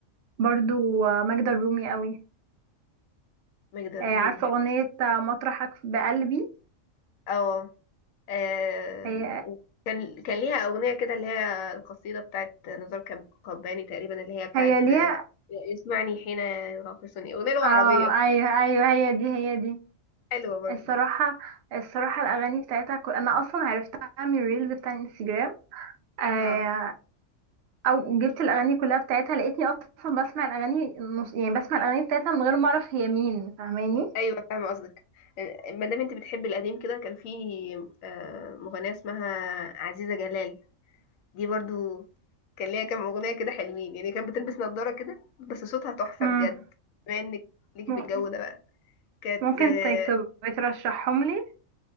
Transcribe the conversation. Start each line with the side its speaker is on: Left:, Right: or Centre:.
Right: برضو آه، ماجدة الرومي قوي
Left: ماجدة الرومي
Right: آه عارفه اغنيه آه، مطرحك بقلبي
Left: اه آم،
Right: هي
Left: وكان كان ليها أغنية كده اللي هي القصيدة بتاعت نزار كب- قباني تقريبا اللي هي بتاعت
Right: هي ليها
Left: يسمعني حين يراقصني أغنية لغة
Right: اه
Left: عربية
Right: ايوه ايوه هي دي هي دي
Left: حلوة برضو
Right: الصراحه الصراحه الاغاني بتاعتها كل... انا اصلا عرفتها من الريلز بتاع الانستجرام آه...
Left: اه
Right: او جبت الاغاني كلها بتاعتها لقيتني اصلا بسمع الاغاني نص... يعني بسمع الاغاني بتاعتها من غير ما اعرف هي مين فاهماني
Left: أيوة فاهمة قصدك ما دام انت بتحبي القديم كده كان في آه، مغنية اسمها عزيزة جلال دي برضو كان ليها كام أغنية كده حلوين يعني كانت بتلبس نظارة كده بس صوتها تحفة
Right: امم
Left: بجد بما انك ليكي
Right: م-
Left: في الجو ده بقى كانت
Right: ممكن
Left: آه،
Right: ت- تبقى ترشحهم لي